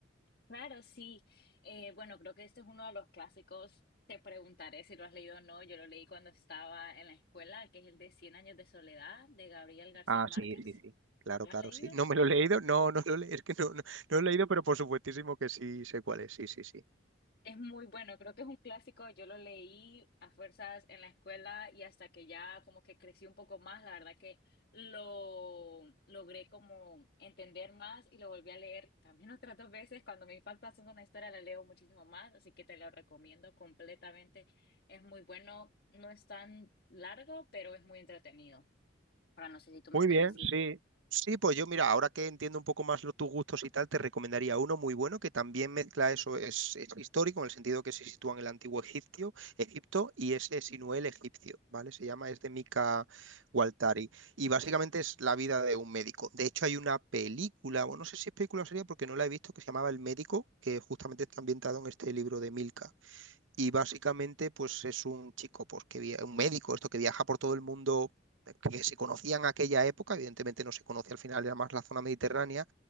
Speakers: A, on the left; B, on the right.
A: Claro, sí. Eh, bueno, creo que este es uno de los clásicos. Te preguntaré si lo has leído o no. Yo lo leí cuando estaba en la escuela, que es el de Cien años de soledad de Gabriel García
B: Ah,
A: Márquez.
B: sí, sí, sí. Claro,
A: ¿Lo
B: claro,
A: has leído?
B: sí. No me lo he leído, no, no lo he, es que no, no, no lo he leído, pero por supuestísimo que sí sé cuál es, sí, sí, sí.
A: Es muy bueno, creo que es un clásico, yo lo leí a fuerzas en la escuela y hasta que ya como que crecí un poco más, la verdad que lo logré como entender más y lo volví a leer también <laughs> otras dos veces, cuando me impacta haciendo una historia la leo muchísimo más, así que te lo recomiendo completamente, es muy bueno, no es tan largo, pero es muy entretenido. Ahora no sé si tú me
B: Muy
A: puedes
B: bien,
A: decir.
B: sí. Sí, pues yo mira, ahora que entiendo un poco más lo- tus gustos y tal, te recomendaría uno muy bueno que también mezcla eso, es, es histórico en el sentido que se sitúa en el antiguo Egipcio, Egipto y es eh, Sinué el egipcio, ¿vale? Se llama, es de Mika Waltari y básicamente es la vida de un médico. De hecho hay una película, bueno, no sé si es película o serie porque no la he visto, que se llamaba El Médico, que justamente está ambientado en este libro de Milka. Y básicamente, pues es un chico, pues que via- un médico, esto que viaja por todo el mundo, eh, que se conocía en aquella época, evidentemente no se conoce al final, era más la zona mediterránea,